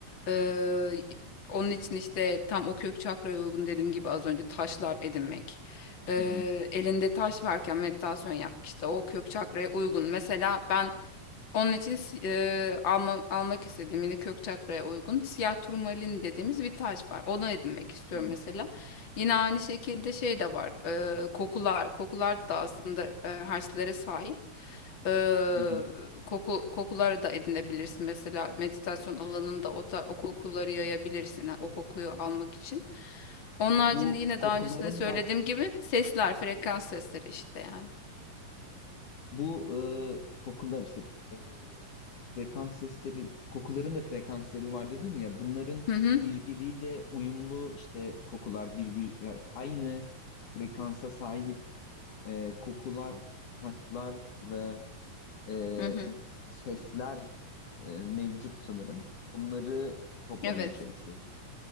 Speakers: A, on the left (about 35°); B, on the left (about 60°).
A: Eee, onun için işte tam o kök çakraya uygun dediğim gibi az önce taşlar edinmek. Eee,
B: hı hı, hı hı,
A: elinde taş varken meditasyon yapmak işte o kök çakraya uygun. Mesela ben onun için si- eee, alma, almak istediğim yine kök çakraya uygun siyah turmalin dediğimiz bir taş var. Onu edinmek istiyorum
B: hı hı,
A: mesela. Yine aynı şekilde şey de var. eee, kokular. Kokular da aslında eee, herslere sahip. Eee
B: hı hı.
A: koku kokuları da edinebilirsin. Mesela meditasyon alanında o, ta- o kokuları yayabilirsin. ha, O kokuyu almak için. Onun
B: Bu
A: haricinde yine
B: kokuların
A: daha öncesinde söylediğim
B: da
A: gibi sesler, frekans sesleri işte yani.
B: Bu e, kokular işte e, frekans sesleri, kokuların da frekansları var dedin ya. Bunların
A: Hı hı.
B: birbiriyle uyumlu işte kokular birbir yani aynı frekansa sahip e, kokular, taşlar ve e,
A: Hı hı.
B: sesler e, mevcut sanırım. Bunları toplamaya
A: Evet.
B: çalışıyorsun.